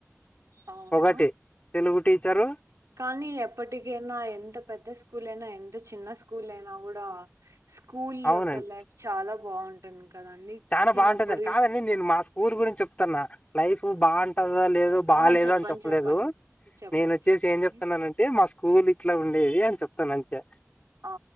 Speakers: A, on the right; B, on the left.
A: అవునా
B: ఒకటి తెలుగు. టీచరు.
A: కానీ ఎప్పటికైనా ఎంత పెద్ద స్కూల్ అయినా ఎంత చిన్న స్కూల్. స్కూల్ అయినా కూడా. స్కూల్
B: అవునండి
A: యొక్క లైఫ్ చాలా బాగుంటుంది. కదండి
B: చానా
A: చిన్నప్పుడు
B: బాగుంటుంది కాదండి నేను మా స్కూల్ గురించ్ చెప్తన్నా లైఫ్ బాగుంటాదో లేదు బాలేదు
A: ఆ చెప్పండి
B: అని చెప్పలేదు
A: చెప్పండి చెప్పండి
B: నేను వచ్చేసి
A: చెప్పండి
B: ఏం చెప్తున్నానంటే మస్ కూల్ ఇట్లా ఉండేది అని చెప్తాను అంతే.
A: ఆ